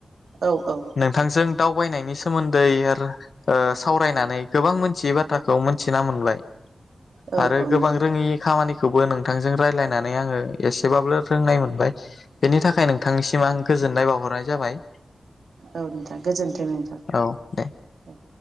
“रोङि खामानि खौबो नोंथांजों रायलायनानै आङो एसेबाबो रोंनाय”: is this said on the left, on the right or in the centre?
Left